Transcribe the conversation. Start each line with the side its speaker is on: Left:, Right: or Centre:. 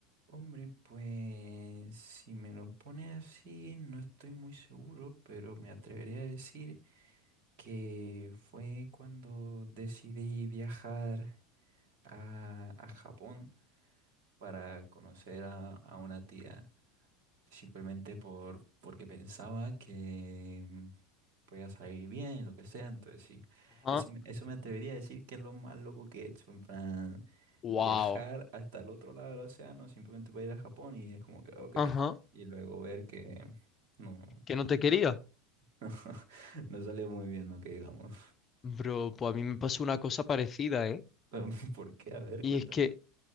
Right: Hombre, pues si me lo pone así, no estoy muy seguro, pero me atrevería a decir que fue cuando decidí viajar a, a Japón para conocer a, a una tía, simplemente por, porque pensaba que mm, podía salir bien, lo que sea, entonces sí,
Left: Ajá.
Right: eso, me- eso me atrevería a decir que es lo más loco que he hecho, en plan,
Left: Wow.
Right: viajar hasta el otro lado del océano simplemente para ir a Japón y es como que, ok,
Left: Ajá.
Right: y luego ver que no,
Left: ¿Que no te quería?
Right: <laughs> no salió muy bien, no que digamos.
Left: Bro, pues a mí me pasó una cosa parecida, ¿eh?
Right: <laughs> ¿Por qué? A ver,
Left: Y
Right: cuéntame.
Left: es que